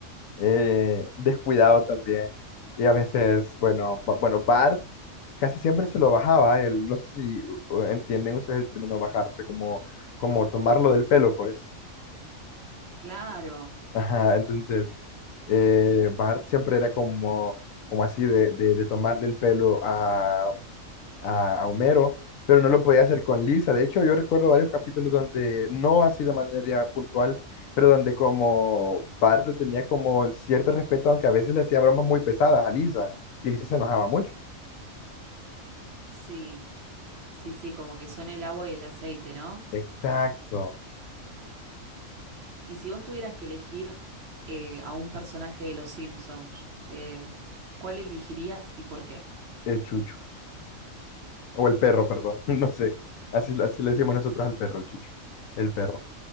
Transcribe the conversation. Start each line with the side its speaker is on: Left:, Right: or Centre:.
Left: eh, descuidado también. Y a veces, bueno, ba- bueno, Bart casi siempre se lo bajaba. Él, no sé si uh, entienden ustedes el término bajarse, como, como tomarlo del pelo, pues.
Right: claro,
Left: Ajá, entonces, eh, Bart siempre era como, como así de, de, de tomarle el pelo a a, a Homero, pero no lo podía hacer con Lisa. De hecho, yo recuerdo varios capítulos donde, no así de manera puntual, pero donde como Bart le tenía como cierto respeto, aunque a veces le hacía bromas muy pesadas a Lisa, y Lisa se enojaba mucho.
Right: sí, sí, sí, como que son el agua y el aceite, ¿no?
Left: Exacto,
Right: Y si vos tuvieras que elegir eh, a un personaje de Los Simpsons, eh, ¿cuál elegirías y por qué?
Left: el chucho, o el perro, perdón, <laughs> no sé, así, así le decimos nosotros al perro, el chucho, el perro.